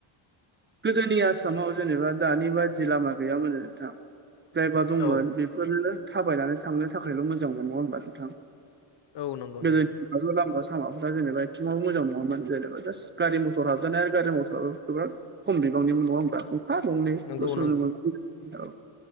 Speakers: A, on the right; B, on the left.
A: गोदोनि आसामाव जेनेबा दानि बायदि लामा गैयामोन नोंथां। जायबा दंमोन
B: औ
A: बेफोरनो थाबायनानै थांनो थाखायल' मोजां मोन नङा ओमबा नोंथां?
B: औ नंगौ
A: गोदोनि
B: नंगौ
A: लामा सामाफ्रा जेनेबा एथ'बाबो मोजां नङामोन जेनेबा जास्ट गारि मटर हाबजानाय आरो गारि मटराबो बिराद खम बिबांनिमोन नङा ओमबा? गंफा गंनैसो
B: नंगौ
A: नुनो
B: नंगौ
A: <unintelligible> औ